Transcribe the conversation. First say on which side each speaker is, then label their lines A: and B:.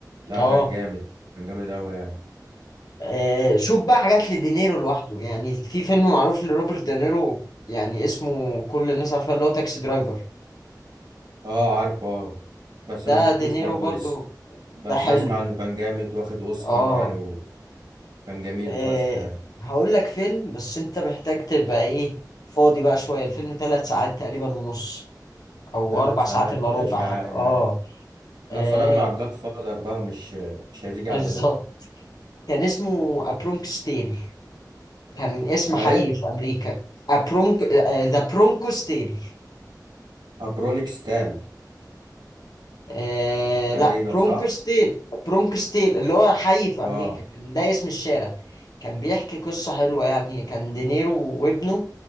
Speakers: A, on the right; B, on the left.
A: لا
B: اه
A: كان جامد كان جامد قوي يعني
B: آه، شوف بقى حاجات لدينيرو لوحده يعني في فيلم معروف لروبرت دينيرو يعني اسمه كل الناس عارفاه اللي هو تاكسي درايفر
A: اه عارفه اه بس
B: ده
A: ما شفتوش
B: دينيرو
A: برضه
B: برضو
A: لسه بس
B: ده حلو
A: اسمع انه كان جامد واخد اوسكار
B: اه
A: يعني وكان جميل
B: آه،
A: فشخ يعني
B: هقول لك فيلم بس انت محتاج تبقى ايه فاضي بقى شوية الفيلم ثلاث ساعات تقريبا ونص او
A: ثلاث
B: اربع ساعات
A: ساعات
B: الا
A: ماشي
B: ربع حاجه
A: عادي
B: اه
A: عادي احنا
B: آه،
A: اتفرجنا على الجاد فاذر بقى مش مش هتيجي
B: بالظبط
A: على ده
B: كان اسمه ابرونكس تيل كان اسم
A: اهي
B: حي في امريكا ابرونك ذا برونكوس تيل
A: ابرونيك ستال
B: آه
A: تقريبا
B: لا برونكوس
A: صح
B: تيل برونكوس تيل اللي هو حي في
A: اه
B: امريكا كان ده اسم الشارع كان بيحكي قصه حلوه يعني كان دينيرو وابنه